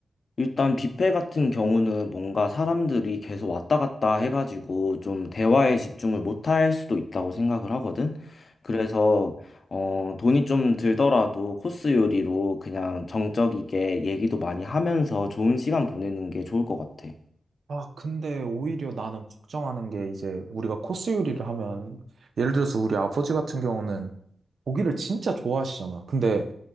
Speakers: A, on the left (about 45°); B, on the right (about 65°).
A: 일단 뷔페 같은 경우는 뭔가 사람들이 계속 왔다 갔다 해가지고 좀 대화에 집중을 못할 수도 있다고 생각을 하거든. 그래서 어, 돈이 좀 들더라도 코스 요리로 그냥 정적이게 얘기도 많이 하면서 좋은 시간 보내는 게 좋을 것 같아.
B: 아, 근데 오히려 나는 걱정하는 게 이제 우리가 코스 요리를 하면 예를 들어서 우리 아버지 같은 경우는 고기를 진짜 좋아하시잖아. 근데